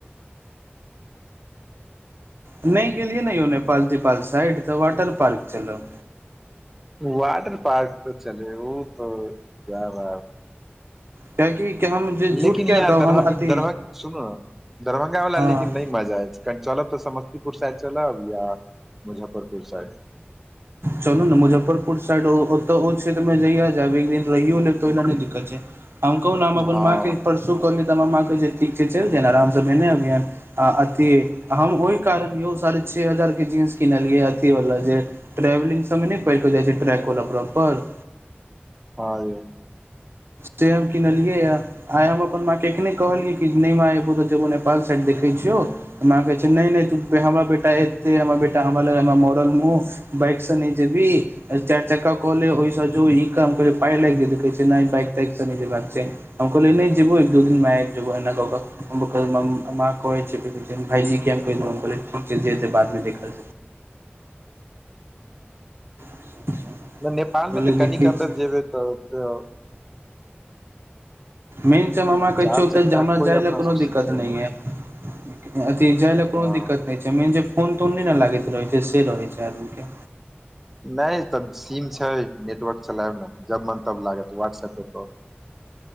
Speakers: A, on the right; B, in the centre.
A: नहि गेलिये ने यो नेपाल-तेपाल साइड तऽ वाटर पार्क चलब
B: वाटर पार्क तऽ चलबे ओ जा
A: कियाकि कि हम जे झूठ
B: लेकिन
A: किया
B: य
A: कहब
B: दरभंगा
A: हम अथी
B: सुनू, दरभंगा वा
A: हँ
B: लेकिन नहि मजा आयतऽ चलब तऽ समस्तीपुर साइड चलब या मुजफ्फरपुर साइड
A: चलू ने मुजफ्फरपुर साइड, ओतऽ ओ छै जहिया जाब रहियो दिक्कत छै हम कहू ने हम अपन
B: हँ
A: माँ के परसू कहलियै तऽ हमरा माँ कहै छ ठीक छै चलि जाय आरामसँ भेने अभिय आ अथि हम ओहि कारण यौ, साढ़े छओ हजारके जींस कीनलियै अथिवला जे ट्रेवलिंग सभमे नहि पड़ कऽ जाइ छै, ट्रैक वला प्रॉपर
B: हँ ज
A: सेब कि नहि लेलियै या आइ हम अपन माँ के एखने कहलियै कि नहि माँ, एबौ तऽ जेबौ नेपाल साइड देखैत छियौ माँ कहै छै, नहि नहि, तू हमरा बेटा एतै, हमर बे हमरा ल, हमरा मरल मुँह बाइक सँ नहि जेबी, चारि चक्का कऽ लऽ ओहिसँ जे ई काम करे पाय लागि जेत, कहै छै नहि, बाइक तक तऽ ठीक छै। हम कहल नहि जेबो, एक-दू दिन माय जबना का माँ कहै छै, भायजी हम कहीं ठीक छै, जे बादमे देखब जेतै
B: नेपाल
A: कहलियै
B: मे तऽ
A: देखै
B: कनिक अन्दर
A: छियै
B: जेबै त
A: मेन च मामा कहै
B: चार
A: छियौतऽ
B: चक्का
A: हमरा
B: कोइ
A: जाय
B: अपना
A: लेल कोनो
B: सब
A: दिक्कत
B: सिखले
A: नहि ये थी जा लऽ कोनो
B: हँ
A: दिक्कत छै मेन जे फोन तऽ नहि ने लागत रहैत छै, से रहैत छै आदमीके
B: नहि तब सीम छै नेटवर्क चलायब ने जब मन तब लागत व्हाट्सएप पर कौल